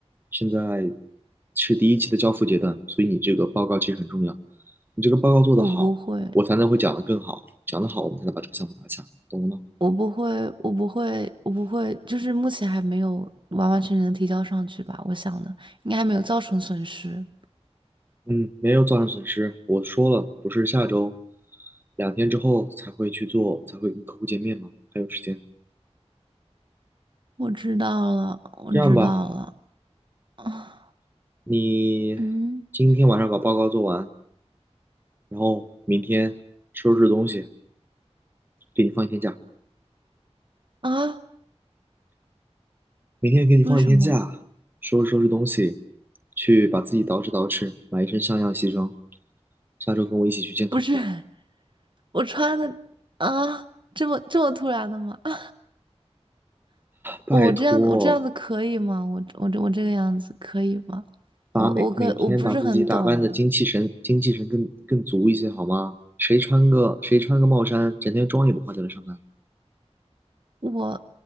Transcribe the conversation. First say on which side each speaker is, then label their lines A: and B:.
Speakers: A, on the right (about 20°); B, on the right (about 45°).
A: 现在是第一期的交付阶段，所以你这个报告其实很重要。你这个报告做得好，
B: 我不会，
A: 我才能会讲得更好，讲得好，我们才能把这个项目拿下，懂了吗？
B: 我不会，我不会，我不会，就是目前还没有完完全全的提交上去吧。我想的应该还没有造成损失。
A: 嗯，没有造成损失，我说了，不是下周，两天之后才会去做，才会跟客户见面嘛，还有时间。
B: 我知道了，我知道了。
A: 这样吧，
B: 啊，
A: 你
B: 嗯
A: 今天晚上把报告做完，然后明天收拾东西，给你放一天假。
B: 啊，
A: 明天给你放一天假，
B: 为什么？
A: 收拾收拾东西，去把自己捯饬捯饬，买一身像样的西装。下周跟我一起去见客户。
B: 不是。<laughs> 我穿的啊，这么这么突然的吗？啊，
A: 拜托，
B: 我这样子，我这样子可以吗？我我这我这个样子可以吗？
A: 把每每天把自己打扮的精气神、
B: 我我可我不是很懂，
A: 精气神更更足一些好吗？谁穿个谁穿个帽衫，整天妆也不化就来上班？
B: 我